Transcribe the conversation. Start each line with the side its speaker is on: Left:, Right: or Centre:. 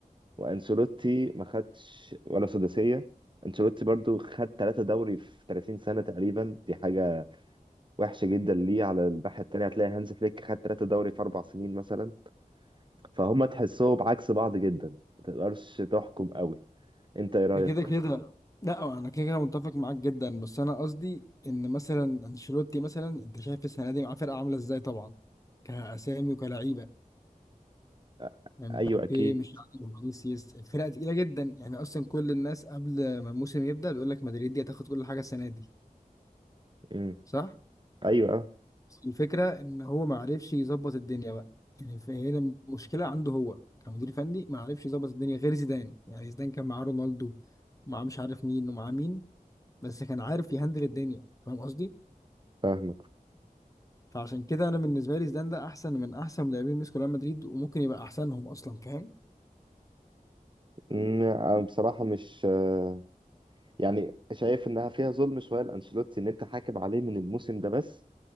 Right: وأنشيلوتي ما خدش ولا سداسية أنشيلوتي برضو خد ثلاثة دوري في 30 سنة تقريبا دي حاجة وحشة جدا ليه على الناحية التانية هتلاقي هانز فليك خد ثلاثة دوري في أربع سنين مثلا فهم تحسهم عكس بعض جدا ما تقدرش تحكم قوي أنت إيه رأيك؟
Left: ده كده كده لا انا كده كده متفق معاك جدا بس انا قصدي ان مثلا انشيلوتي مثلا انت شايف السنه دي معاه فرقه عامله ازاي طبعا كاسامي وكلعيبه
Right: آه،
Left: يعني
Right: أيوه
Left: مبابي
Right: أكيد
Left: مش عارف فينيسيوس الفرقه تقيله جدا يعني اصلا كل الناس قبل ما الموسم يبدا بيقول لك مدريد دي هتاخد كل حاجه السنه دي
Right: مم.
Left: صح
Right: أيوه آه،
Left: بس الفكره ان هو ما عرفش يظبط الدنيا بقى يعني فهنا المشكله عنده هو كمدير فني ما عرفش يظبط الدنيا غير زيدان يعني زيدان كان معاه رونالدو ومعاه مش عارف مين ومعاه مين بس كان عارف يهندل الدنيا فاهم قصدي
Right: فاهمك
Left: فعشان كده انا بالنسبه لي زيدان ده احسن من احسن مدربين مسكوا ريال مدريد وممكن يبقى احسنهم اصلا فاهم
Right: مم، آه، بصراحة مش آه، يعني شايف انها فيها ظلم شويه لانشيلوتي ان انت حاكم عليه من الموسم ده بس